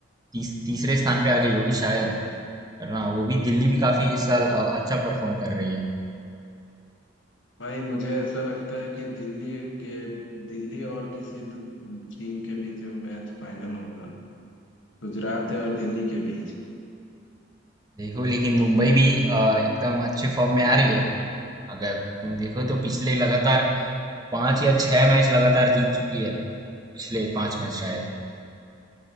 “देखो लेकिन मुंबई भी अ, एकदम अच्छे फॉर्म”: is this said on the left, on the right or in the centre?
Right